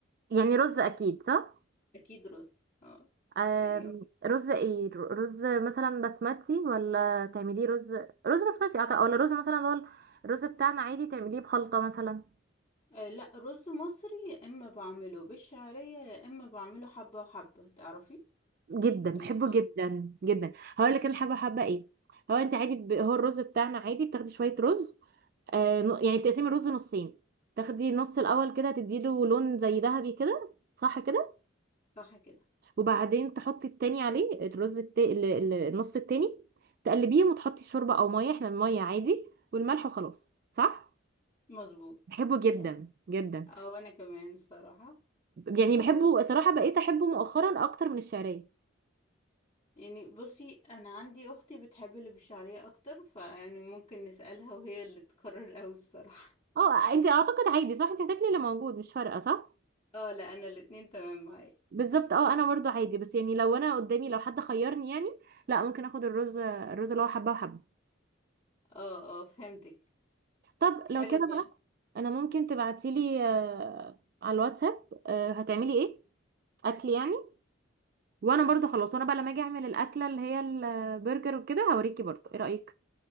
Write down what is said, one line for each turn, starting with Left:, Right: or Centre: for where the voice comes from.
Right: يعني رز اكيد صح
Left: اكيد رز اه
Right: آم،
Left: يعني
Right: رز ايه ر- رز مثلا بسمتي ولا تعمليه رز رز بسمتي أعتقد- ولا رز مثلا اللي هو الرز بتاعنا عادي تعمليه بخلطة مثلا
Left: آه لا رز مصري يا اما بعمله بالشعرية يا اما بعمله حبة وحبة تعرفي
Right: جدا بحبه
Left: اللي هو
Right: جدا جدا هقول لك انا حابه حابه ايه هو انت عادي ب... هو الرز بتاعنا عادي بتاخدي شويه رز آه ن- يعني بتقسمي الرز نصين تاخدي نص الاول كده تديله لون زي ذهبي كده صح كده
Left: صح كده
Right: وبعدين تحطي التاني عليه الرز التا... ال- ال- النص التاني تقلبيهم وتحطي شوربة او مية احنا المية عادي والملح وخلاص صح
Left: مظبوط
Right: بحبه جدا
Left: يعني
Right: جدا
Left: او انا كمان الصراحة
Right: يعني بحبه
Left: و...
Right: صراحة بقيت احبه مؤخرا اكتر من الشعرية
Left: يعني بصي انا عندي اختي بتحب اللي بالشعرية اكتر فيعني ممكن نسألها وهي اللي تقرر قوي بصراحة
Right: اه انت اعتقد عادي صح انت هتاكلي اللي موجود مش فارقة صح
Left: <laughs> اه لا انا الاتنين تمام معايا
Right: بالظبط اه انا برضو عادي بس يعني لو انا قدامي لو حد خيرني يعني لا ممكن اخد الرز الرز اللي هو حبة وحبة
Left: اه اه فهمتك
Right: طب
Left: حلو
Right: لو كده
Left: بقى
Right: بقى انا ممكن تبعتيلي آه، على الواتساب آه، هتعملي ايه اكل يعني وانا برضو خلاص وانا بقى لما اجي اعمل الاكله اللي هي البرجر وكده هوريكي برضو ايه رايك